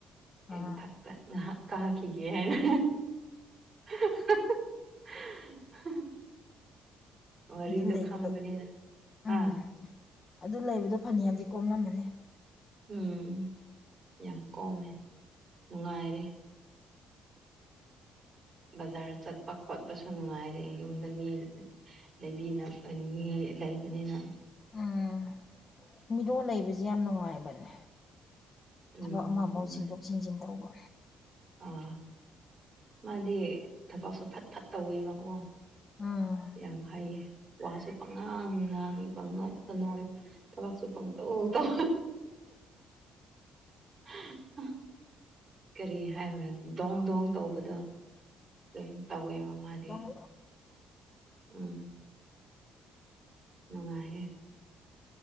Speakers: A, on the right; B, on the left.
A: ꯑꯩ
B: ꯑꯥ
A: ꯃꯊꯛꯇ ꯉꯥꯏꯍꯥꯛ ꯀꯥꯈꯤꯒꯦ ꯍꯥꯏꯅ <unintelligible> ꯋꯥꯔꯤꯗꯣ
B: ꯑꯗꯨ ꯂꯩꯕꯗꯣ
A: ꯈꯪꯕꯅꯤꯅ
B: ꯎꯝ
A: ꯑꯥ
B: ꯑꯗꯨ ꯂꯩꯕꯗꯣ ꯐꯅ ꯌꯥꯝꯗꯤ ꯀꯣꯝꯂꯝꯃꯅꯤ
A: ꯎꯝ ꯌꯥꯝ ꯀꯣꯝꯃꯦ ꯅꯨꯡꯉꯥꯏꯔꯦ ꯕꯖꯥꯔ ꯆꯠꯄ ꯈꯣꯠꯄꯁꯨ ꯅꯨꯡꯉꯥꯏꯔꯦ ꯌꯨꯝꯗ ꯃꯤ ꯂꯩꯕꯤꯅꯕ ꯃꯤ ꯂꯩꯕꯅꯤꯅ
B: ꯎꯝ ꯃꯤꯔꯣꯜ ꯂꯩꯕꯁꯦ ꯌꯥꯝ ꯅꯨꯡꯉꯥꯏꯕꯅꯦ
A: ꯎꯝ
B: ꯊꯕꯛ ꯑꯃ ꯑꯃ
A: ꯅꯨꯡꯉꯥꯏ
B: ꯁꯤꯟꯗꯣꯛ ꯁꯤꯟꯖꯤꯟ ꯇꯧꯕ
A: ꯑꯥ ꯃꯥꯗꯤ ꯊꯕꯛꯁꯨ ꯐꯠ ꯐꯠ ꯇꯧꯋꯦꯕꯀꯣ
B: ꯎꯝ
A: ꯌꯥꯝ ꯍꯥꯏꯌꯦ ꯋꯥꯁꯨ ꯄꯪꯉꯥꯡ ꯉꯥꯡꯉꯤ ꯄꯪꯅꯣꯛ ꯀ ꯅꯣꯛ ꯊꯕꯛꯁꯨ ꯄꯪꯇꯧ ꯇꯧ <unintelligible> ꯀꯔꯤ ꯍꯥꯏꯕꯅꯣ ꯗꯣꯡ ꯗꯣꯡ ꯇꯧꯕꯗꯣ ꯑꯗꯨꯝ ꯇꯧꯋꯦꯕ ꯃꯥꯗꯤ
B: ꯥꯡ
A: ꯎꯝ ꯉꯅꯨꯡꯉꯑꯦ